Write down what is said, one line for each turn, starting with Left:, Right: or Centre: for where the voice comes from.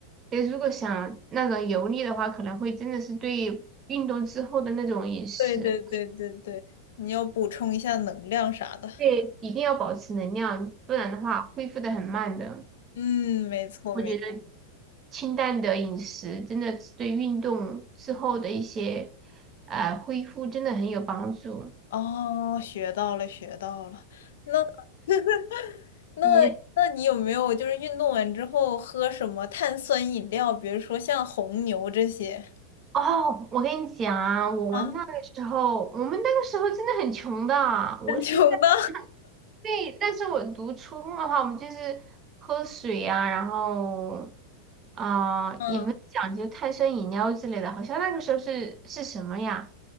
Right: 呃，如果想那种油腻的话，可能会真的是对运动之后的那种饮食，
Left: 对对对对对，你要补充一下能量啥的。
Right: 对，一定要保持能量，不然的话恢复的很慢的。
Left: 嗯，没错没错。
Right: 我觉得清淡的饮食真的是对运动之后的一些，呃，恢复真的很有帮助。
Left: 哦，学到了学到了。那 <laughs> 那那你有没有就是运动完之后喝什么碳酸饮料，
Right: 你
Left: 比如说像红牛这些？
Right: 哦，我跟你讲啊，我那个时候，
Left: 啊，
Right: 我们那个时候真的很穷的啊我是在，
Left: 很穷的。
Right: <laughs> 对，但是我读初中的话，我们就是喝水啊，然后啊、
Left: 嗯
Right: 也没有讲究碳酸饮料之类的，好像那个时候是是什么呀？